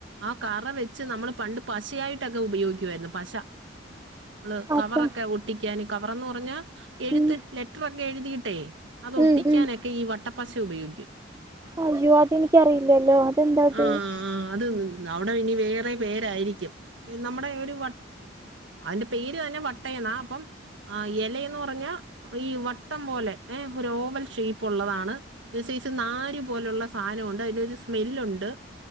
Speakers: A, on the right; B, on the right.
A: ആ കറ വെച്ച് നമ്മൾ പണ്ട് പശയായിട്ടൊക്കെ ഉപയോഗിക്കുായിരുന്നു പശ നമ്മള് കവറൊക്കെ
B: അതാ
A: ഒട്ടിക്കാന് കവർന്ന് പറഞ്ഞാ എഴുത്ത്
B: ഉം
A: ലെറ്ററൊക്കെ എഴുതിയിട്ടേ അത്ൊട്ടിക്കാനൊക്കെ
B: ഉം ഉം
A: ഈ വട്ടപ്പശ ഉപയോഗിക്കും.
B: ആയോ അത എനിക്കറിയില്ലല്ലോ അതെന്താത്
A: ആഹ് ആഹ് അത് അവിടെ ഇനി വേറെ പേരായിരിക്കും നമ്മുടെ ഒരു അതിന്റെ പേര് തന്നെ വട്ടയ എന്നാ അപ്പം ഇലയന്ന് പറഞ്ഞ ഈ വട്ടം പോലെ ഏഹ ഒരു ഓവൽ ഷേപ്പ് ഉള്ളതാണ് ഒരു സൈസ് നരു പോലുള്ള സാധനമുണ്ട് അതിനൊരു സ്മെല്ലുണ്ട്